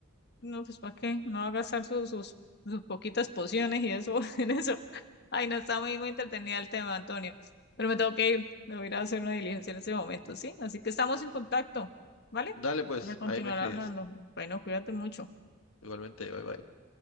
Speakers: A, on the left; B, on the left.
A: No, pues ¿para qué? No va a gastar sus, sus, sus poquitas pociones y eso <laughs> en eso. Ay, no está muy, muy entretenida el tema, Antonio. Pero me tengo que ir. Debo ir a hacer una diligencia en ese momento, ¿sí? Así que estamos en contacto, ¿vale?
B: Dale pues,
A: Para continuar
B: ahí me escribes.
A: hablando. Bueno, cuídate mucho.
B: Igualmente, bye bye.